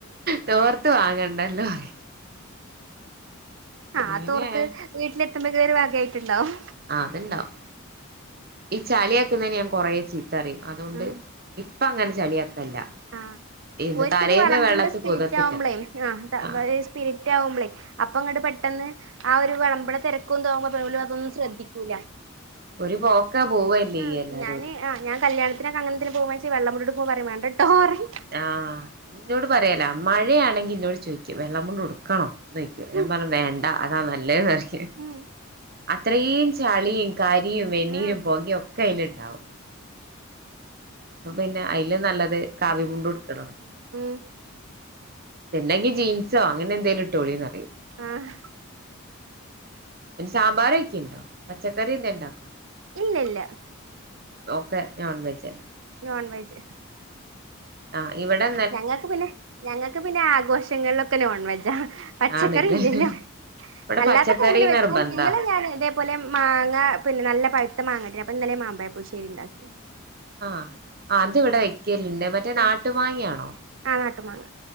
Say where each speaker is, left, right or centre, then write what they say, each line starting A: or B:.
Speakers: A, on the right; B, on the right.
A: തോർത്ത് വാങ്ങണ്ടല്ലോ റൃ
B: ആഹ്
A: അങ്ങനെ
B: തോർത്ത് വീട്ടിലെത്തുമ്പേക്ക് ഒരു വാഗായിട്ടുണ്ടാവും
A: ആഹ് അത്ണ്ടാവും ഈ ചളിയാക്കുന്നേന് ഞാൻ കൊറേ ചീത്ത പറിം അതോണ്ട്
B: ഉം
A: ഇപ്പങ്ങനെ ചളിയാക്കല്ല
B: ആഹ്
A: എന്ത്
B: ഒൽക്ക്ത്
A: തലേന്ന്
B: വെളമ്പിന്റെ
A: വെള്ളത്തി
B: സ്പിരിറ്റ്
A: പുതിർത്തിട്ട
B: ആവുമ്പളേ ആഹ് <unintelligible>
A: ആ
B: സ്പിരിറ്റാവുമ്പളേ അപ്പങ്ങട്ട് പെട്ടെന്ന് ആ ഒരു വിളമ്പ്ണ തെരക്കും ഇതാവുമ്പോ പ്പം ഓലതൊന്നും ശ്രദ്ധിക്കൂല
A: ഒര് പോക്കാ പോവല്ലേയ്യ
B: ആഹ്
A: എല്ലാരൂടിം
B: ഞാന് ആഹ് ഞാൻ കല്യാണ ത്തിന് അങ്ങൻതീന് പോവാണച്ചെ വെള്ളമുണ്ടിട്ട് പോവുമ്പ പറിം വേണ്ടട്ടോ റിം
A: ആഹ് ഇന്നോട് പറയല മഴയാണെങ്കി ഇന്നോട് ചോയ്ക്കും വെള്ളം മുണ്ട് ഉടുക്കണോ ന്നോയ്ക്കും
B: ഉം
A: ഞാൻ പറിം വേണ്ട അതാ നല്ലേന്ന് പറിം
B: ഉം
A: അത്രീം ചളിം കരിയും വെണ്ണീരും
B: ഉം ആഹ്
A: പൊകിം ഒക്കെ അയില്ണ്ടാവും അപ്പപിന്നെ അയിലും നല്ലത് കവിമുണ്ട് ഉട്ക്ക്ണതാ
B: ഉം
A: പിന്നെങ്കിൽ ജീൻസോ അങ്ങനെന്തേലും ഇട്ടോളിന്ന് പറിയൂ
B: ആഹ്
A: പിന്നെ സാമ്പാറെക്കീണ്ടോ പച്ചക്കറി എന്താ ഇണ്ടാക്ക്ണ്ടോ
B: ഇല്ല ല്ല
A: ഓക്കെ നോൺ വെജന്നെ
B: നോൺ വെജ്
A: ആഹ് ഇവടെ
B: ഞങ്ങക്ക് പിന്നെ ഞങ്ങക്ക് പിന്നെ ആഘോഷങ്ങളിലൊക്കെ നോൺ വെജാ പച്ചക്കറി
A: ആണില്ലേ
B: ഇല്ലല്ലോ
A: ഇവിടെ
B: അല്ലാത്തൊകെ
A: പച്ചക്കറി
B: ഓംപിന്നെ വെക്കും
A: നിർബന്ധ
B: ഇന്നലെ ഞാന് ഇതേ അതുപോലെ മാങ്ങ പിന്നെ നല്ല പഴുത്ത മാങ്ങട്ടീനി അപ്പൊ ഇന്നല്ല ഞാ മാമ്പായപ്പുളിശ്ശേരി ഇണ്ടാക്കി
A: ആഹ് അത് ഇവടെ വെയ്ക്കല്ണ്ട് മറ്റേ നാട്ടു
B: ഉം
A: മാങ്ങയാണോ?
B: ആ നാട്ടുമാങ്ങ